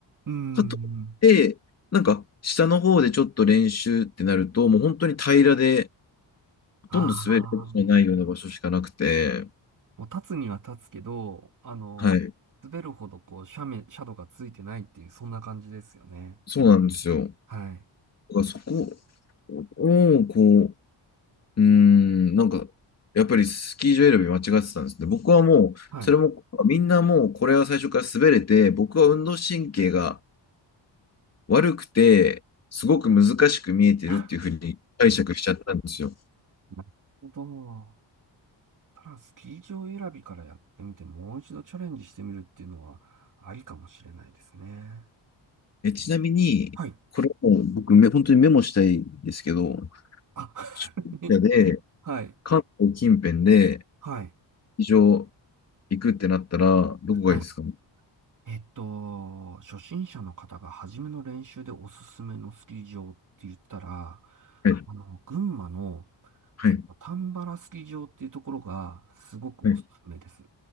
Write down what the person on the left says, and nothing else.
かといって、なんか、下の方でちょっと練習ってなると、もう本当に平らで、ほとんど滑ることのないような場所しかなくて、
はい、
そうなんですよ。
だからそこを、こう、うーん、なんか、やっぱりスキー場選び間違ってたんですね。僕はもう、
それも、みんなもうこれは最初から滑れて、僕は運動神経が悪くて、すごく難しく見えてるっていうふうに解釈しちゃったんですよ。
え、ちなみに、
これもう僕め、本当にメモしたいんですけど、
初心者で、
関東近辺で、
スキー場行くってなったら、どこがいいですかね
はい、
はい、
はい。